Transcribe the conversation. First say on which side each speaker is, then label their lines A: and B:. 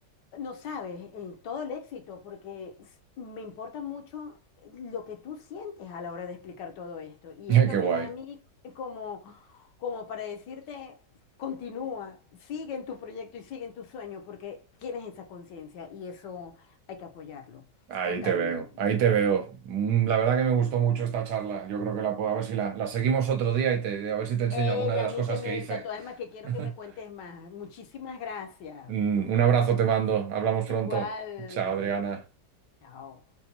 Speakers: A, on the left (about 75°); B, on the right (about 70°).
A: No sabes, eh, todo el éxito, porque s- me importa mucho eh, lo que tú sientes a la hora de explicar todo esto. Y
B: <laughs>
A: esto
B: Qué
A: me
B: guay.
A: da a mí como, como para decirte, continúa, sigue en tu proyecto y sigue en tu sueño, porque tienes esa conciencia y eso hay que apoyarlo
B: Ahí
A: totalmente.
B: te veo, ahí te veo. Mm, La verdad que me gustó mucho esta charla. Yo creo que la puedo, a ver si la, la seguimos otro día y te, a ver si te enseño
A: Ey,
B: alguna de
A: a
B: las
A: mí
B: cosas
A: te me
B: que hice.
A: encantó, además que quiero
B: <laughs>
A: que me cuentes más. Muchísimas gracias.
B: Mm, Un abrazo te mando. Hablamos pronto.
A: Igual,
B: Chao,
A: que
B: Adriana.
A: estés bien. Chao.